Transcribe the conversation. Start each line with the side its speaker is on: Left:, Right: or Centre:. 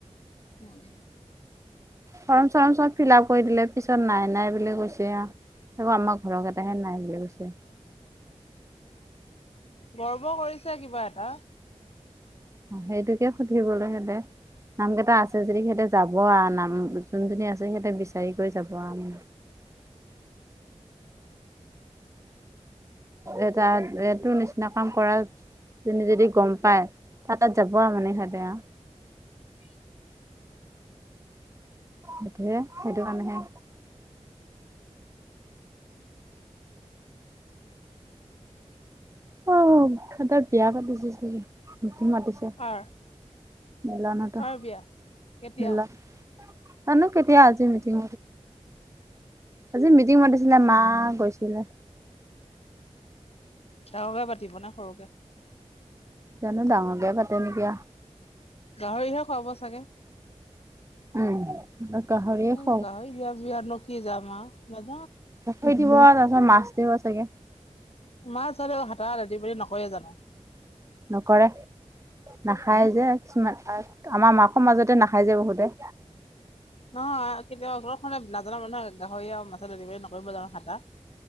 Left: উম।
Right: ফৰৰ্ম চৰম চ'ব ফিল আপ কৰি দিলে পিছত নাই নাই বুলি কৈছে আঁ আমাক। ঘৰক এটাহে নাই বুলি কৈছে।
Left: গৰ্ব কৰিছে কিবা এটা।
Right: সেইটোকে সুধিবলৈহেতে নাম কেইটা আছে যদি সিহঁতে যাব আৰু নাম যোনজনী আছে সিহঁতে বিচাৰি কৰি যাব আৰু।
Left: <unintelligible> <unintelligible>
Right: এটা এইটো নিচিনা কাম কৰা ত' যদি গম পায় তাত যাব আৰু মানে সিহঁতে আৰু।
Left: <unintelligible>
Right: সেইটোহে সেইটো কাৰণেহে। আহ সদতে বিয়া পাতিছে মটি মাতিছে।
Left: কাৰ
Right: মিলনহঁতৰ
Left: কাৰ বিয়া কেতিয়া?
Right: মিলন জানো কেতিয়া আজি মিটিং আজি মিটিং মাতিছিলে গৈছিলে।
Left: ডাঙকে পাতিব নে সৰুকে?
Right: জানো ডাঙৰকে পাতে নেকি।
Left: গাহৰিহে খুৱাব চাগে।
Right: উম গাহৰিয়ে
Left: এতিয়া
Right: খ
Left: বিয়াত নকিয় যাম আৰু।
Right: থৈ দিব তাৰ পিছত মাছ দিব চাগে।
Left: মাছ হাতা ৰা বুলি নকয়ে জানো?
Right: নকৰে নাখায়
Left: হুম?
Right: যে কিছুমান। আমাৰ মাকৰ মাজতে নাখাই যে বহুতে।
Left: নহয় কেতিয়া ঘৰখনে নাজানো মানুহে গাহৰি আৰু মাছ ডেলিভাৰী নকৰিব জানো খটা।